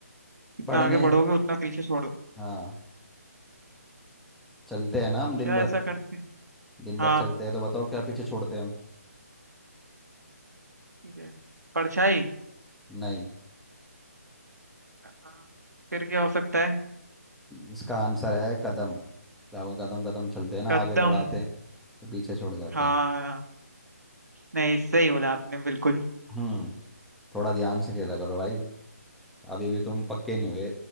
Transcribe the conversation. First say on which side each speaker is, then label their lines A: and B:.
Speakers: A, on the right; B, in the centre.
A: जितना
B: बढ़ने
A: आगे बढ़ोगे उतना पीछे छोड़ो
B: हाँ चलते हैं ना हम दिन
A: क्या
B: भर
A: ऐसा करते हैं
B: दिन
A: हाँ
B: भर चलते हैं तो बताओ क्या पीछे छोड़ते हैं हम
A: ठीक है परछाई
B: नहीं
A: अ, फिर क्या हो सकता है
B: इसका आंसर है कदम क्या वो कदम कदम चलते हैं ना
A: कदम
B: आगे बढ़ाते हैं तो पीछे छोड़ जाते
A: हाँ
B: हैं
A: नहीं सही बोला आपने बिल्कुल
B: हम्म थोड़ा ध्यान से खेला करो भाई अभी भी तुम पक्के नहीं हुए